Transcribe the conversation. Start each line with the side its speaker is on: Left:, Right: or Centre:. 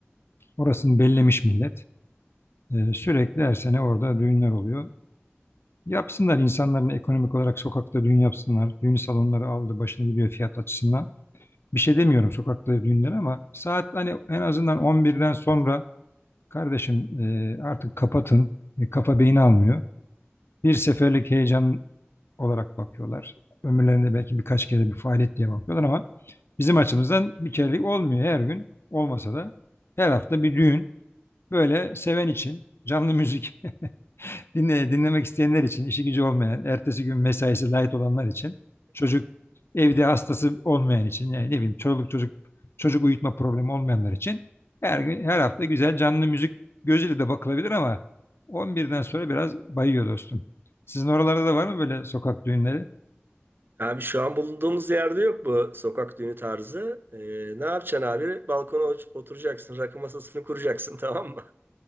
Left: orasını bellemiş millet. E, sürekli her sene orada düğünler oluyor. Yapsınlar insanların ekonomik olarak sokakta düğün yapsınlar. Düğün salonları aldı başını gidiyor fiyat açısından. bir şey demiyorum sokakta düğünler ama saat hani en azından 11'den sonra kardeşim e, artık kapatın. E, kafa beyni almıyor. Bir seferlik heyecan olarak bakıyorlar. Ömürlerinde belki birkaç kere bir faaliyet diye bakıyorlar ama bizim açımızdan bir kerelik olmuyor her gün. Olmasa da her hafta bir düğün. Böyle seven için canlı müzik. <laughs> Dinle, dinlemek isteyenler için, işi gücü olmayan, ertesi gün mesaisi light olanlar için, çocuk evde hastası olmayan için, yani ne bileyim çoluk çocuk çocuk uyutma problemi olmayanlar için her gün her hafta güzel canlı müzik gözüyle de bakılabilir ama 11'den sonra biraz bayıyor dostum. Sizin oralarda da var mı böyle sokak düğünleri?
Right: Abi şu an bulunduğumuz yerde yok bu sokak düğünü tarzı. Ee, ne yapacaksın abi? Balkona ot- oturacaksın, rakı masasını kuracaksın tamam mı?